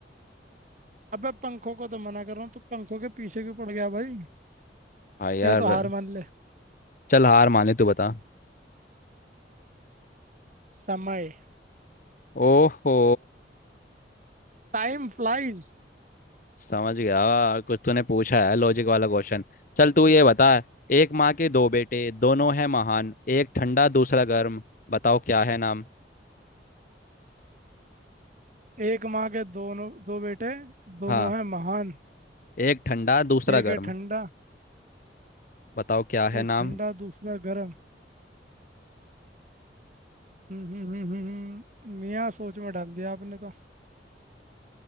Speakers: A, on the right (about 45°); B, on the left (about 50°).
A: अबे पंखों को तो मना कर रहा हूँ तो पंखों के पीछे क्यों पड़ गया भाई
B: भाई यार
A: या तो हार मान ले
B: चल हार माने तू बता
A: समय
B: ओहो
A: Time flies
B: समझ गया कुछ तूने पूछा है लॉजिक वाला क्वेश्चन चल तू ये बता एक माँ के दो बेटे दोनों हैं महान एक ठंडा दूसरा गर्म बताओ क्या है नाम
A: एक माँ के दोनों दो बेटे दोनों
B: हाँ
A: हैं महान
B: एक ठंडा दूसरा
A: एक
B: गर्म
A: है ठंडा
B: बताओ क्या है
A: एक
B: नाम
A: ठंडा दूसरा गर्म हम्म हम्म हम्म हम्म, हम्म। मियाँ सोच में डाल दिया आपने तो